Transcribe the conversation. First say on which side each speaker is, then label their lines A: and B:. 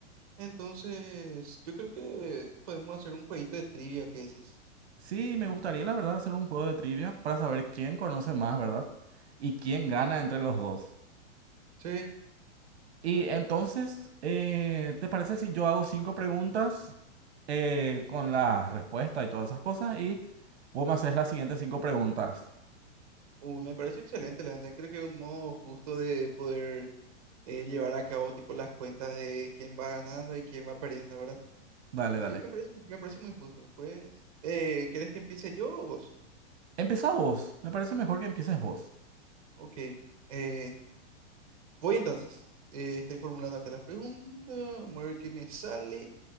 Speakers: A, on the right; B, on the right.
A: Entonces, yo creo que podemos hacer un jueguito de trivia, ¿qué decís?
B: Sí, me gustaría, la verdad, hacer un juego de trivia para saber quién conoce más, ¿verdad? Y quién gana entre los dos.
A: Sí,
B: Y entonces, eh, ¿te parece si yo hago cinco preguntas eh, con las respuestas y todas esas cosas y vos me haces las siguientes cinco preguntas?
A: uh, me parece excelente, la verdad. Creo que es un modo justo de poder eh, llevar a cabo tipo las cuentas de quién va ganando y quién va perdiendo, ¿verdad?
B: Dale,
A: Sí,
B: dale.
A: me parece, me parece muy justo. Pues, eh, ¿querés que empiece yo o vos?
B: Empieza vos. Me parece mejor que empieces vos.
A: Ok. Eh, Voy entonces. Eh, estoy formulando acá la pregunta. Vamos a ver qué me sale.